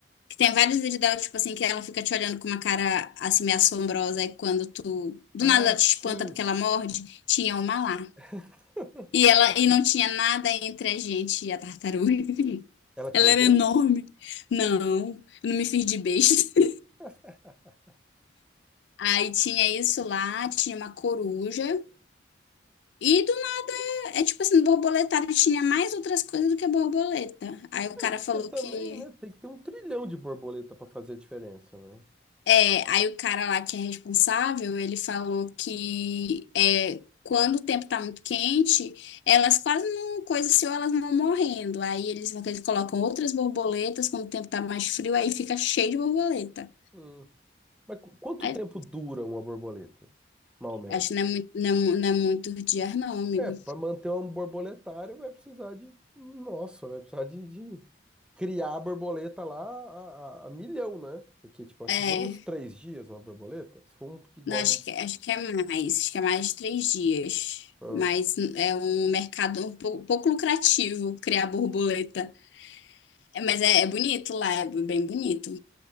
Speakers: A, on the left (about 70°); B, in the centre.
A: Que tem vários vídeos dela, tipo assim, que ela fica te olhando com uma cara assim meio assombrosa, e quando tu, do
B: Ah,
A: nada ela
B: sim.
A: te espanta porque ela morde, tinha uma lá.
B: <laughs>
A: E ela, e não tinha nada entre a gente e a tartaruga. <laughs>
B: Ela te
A: Ela
B: mordeu?
A: era enorme. Não, eu não me fiz de besta.
B: <laughs>
A: Aí tinha isso lá, tinha uma coruja. E do- é tipo assim, no borboletário tinha mais outras coisas do que borboleta. Aí o cara
B: Porque
A: falou
B: também,
A: que.
B: né, tem que ter um trilhão de borboleta para fazer a diferença, né?
A: É, aí o cara lá que é responsável, ele falou que é, quando o tempo tá muito quente, elas quase não coisa assim, ou elas vão morrendo. Aí eles, eles colocam outras borboletas, quando o tempo tá mais frio, aí fica cheio de borboleta.
B: Hum. Mas qu- quanto
A: Aí,
B: tempo dura uma borboleta? Mais ou menos.
A: acho que não é muito, não é mu- não é muito dias, não, amigo.
B: É, para manter um borboletário vai precisar de. Nossa, vai precisar de, de criar a borboleta lá a, a- a milhão, né? Porque, tipo, acho
A: É.
B: que dura uns três dias uma borboleta. Se for um, igual
A: Não, acho
B: um.
A: que, acho que é mais, acho que é mais de três dias.
B: Ah,
A: Mas é um mercado um pouco, pouco lucrativo criar borboleta. É, Mas é, é bonito lá, é bem bonito.